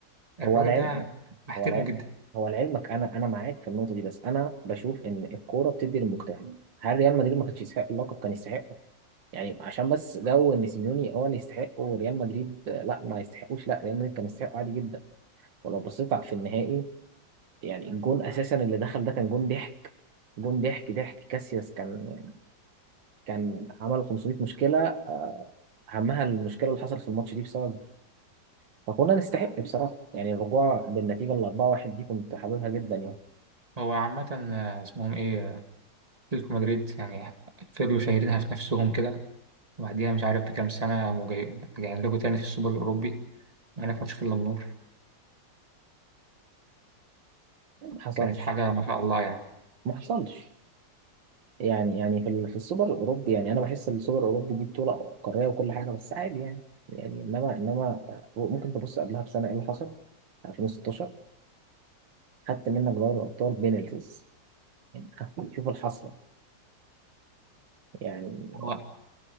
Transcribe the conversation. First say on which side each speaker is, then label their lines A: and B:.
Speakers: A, on the right; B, on the right.
A: الراجل
B: هو العلم
A: ده بحترمه
B: هو العلم
A: جدا
B: هو لعلمك انا انا معاك في النقطه دي بس انا بشوف ان الكوره بتدي للمجتهد هل ريال مدريد ما كانش يستحق اللقب كان يستحق يعني عشان بس جو ان سيميوني هو اللي يستحق وريال مدريد آه، لا ما يستحقوش لا ريال مدريد كان يستحق عادي جدا ولو بصيت على- في النهائي يعني الجون اساسا اللي دخل ده كان جون ضحك جون ضحك ضحك كاسياس كان يعني كان عمل 500 مشكله اهمها المشكله اللي حصلت في الماتش دي بسبب فكنا نستحق بصراحه يعني الرجوع بالنتيجه ال 4-1 دي كنت حاببها جدا يعني
A: هو عامة آه، اسمهم ايه آه، اتلتيكو مدريد يعني فضلوا شايلينها في نفسهم كده وبعديها مش عارف بكام سنة مجاي- راجعين لكم تاني في السوبر الأوروبي وهناك ما تشوف إلا النور
B: ما حصلش
A: كانت حاجة ما شاء الله يعني
B: ما حصلش يعني يعني في ال- في السوبر الاوروبي يعني انا بحس ان السوبر الاوروبي دي بطوله قاريه وكل حاجه بس عادي يعني يعني انما انما ممكن تبص قبلها بسنه ايه اللي حصل 2016 خدت منك دوري الابطال بينالتيز يعني <laughs> شوف الحسره يعني
A: هو